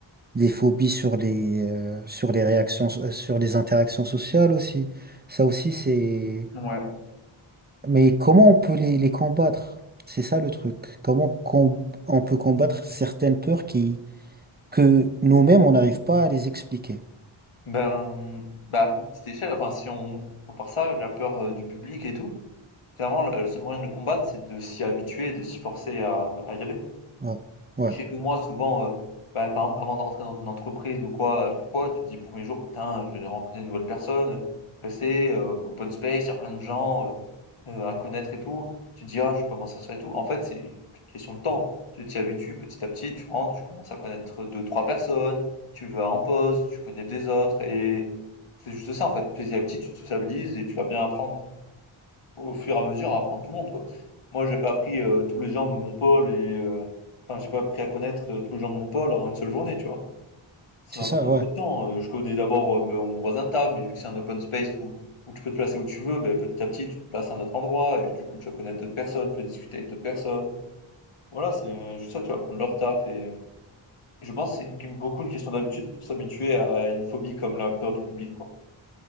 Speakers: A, on the right (about 20°); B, on the left (about 80°).
A: des phobies sur les, euh, sur les réactions, so- euh, sur les interactions sociales aussi. Ça aussi, c'est...
B: ouais,
A: Mais comment on peut les, les combattre? C'est ça le truc. Comment com- on peut combattre certaines peurs qui, que nous-mêmes, on n'arrive pas à les expliquer.
B: ben, bah, à plus petite échelle, enfin, si on compare ça, la peur euh, du public et tout, finalement, le le seul moyen de le combattre, c'est de s'y habituer, et de s'y forcer à, à y aller.
A: Ouais, ouais,
B: Je sais que moi, souvent, euh, bah, par exemple, avant d'entrer dans une entreprise ou quoi, à chaque fois, tu te dis, premier jour, putain, je vais rencontrer une nouvelle personne, stressé, euh, open space, il y a plein de gens, euh, euh, à connaître et tout. Tu te dis, ah, je peux m'en sortir et tout. En fait, c'est une question de temps. Tu t'y habitues petit à petit, tu rentres, tu commences à connaître deux, trois personnes, tu vas en poste, tu connais des autres et c'est juste ça en fait. Petit à petit, tu te sociabilises et tu vas bien apprendre au fur et à mesure à apprendre tout le monde quoi. Moi, j'ai pas appris euh, tous les gens de mon pôle et euh, enfin, j'ai pas appris à connaître euh, tous les gens de mon pôle en une seule journée, tu vois. Ça
A: c'est
B: m'a
A: ça,
B: pris un
A: ouais,
B: peu de temps. Heu, je connais d'abord, heu, mon mon voisin de table, mais vu que c'est un open space où où tu peux te placer où tu veux, beh, petit à petit, tu te places à un autre endroit et du coup, tu vas connaître d'autres personnes, tu vas discuter avec d'autres personnes. Voilà, c'est euh, juste ça, tu vas prendre leur taf et heu, je pense que c'est une beaucoup une question d'habitude pour s'habituer à une phobie comme la peur du public, quoi.